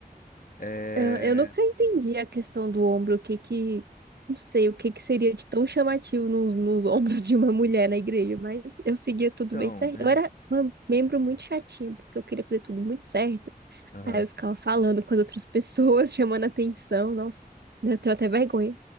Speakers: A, on the left; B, on the right.
A: É,
B: Eu, eu nunca entendi a questão do ombro, o que que, não sei, o que que seria de tão chamativo nos, nos <laughs> ombros de uma mulher na igreja, mas eu seguia tudo
A: Então,
B: bem certo.
A: né?
B: Eu era uma membro muito chatinha, porque eu queria fazer tudo muito certo.
A: Aham.
B: Aí eu ficava falando com as outras pessoas, <laughs> chamando atenção, nossa, eu tenho até vergonha.